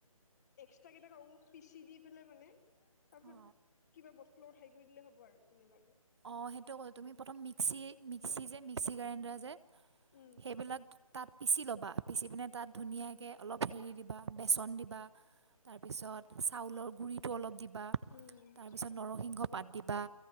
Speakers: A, on the left (about 30°); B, on the right (about 50°).
A: এক্সট্ৰা কেইটাও পিচি দি পেলাই মানে, তাৰ পিছত
B: অ
A: কিবা বস্তুৰ লগত হেৰি কৰি দিলে হ'ব আৰু তেনেকুৱাকে?
B: অঁ সেইটো ক' তুমি প্ৰথম মিক্সি মিক্সি যে মিক্সি গ্ৰাইণ্ডাৰ যে
A: উম।
B: সেইবিলাক তাত পিচি ল'বা, পিচি পিনে তাত ধুনীয়াকে অলপ হেৰি দিবা, বেচন দিবা। তাৰপিছত চাউলৰ গুড়িটো অলপ দিবা। তাৰপিছত
A: উম
B: নৰসিংহ পাত দিবা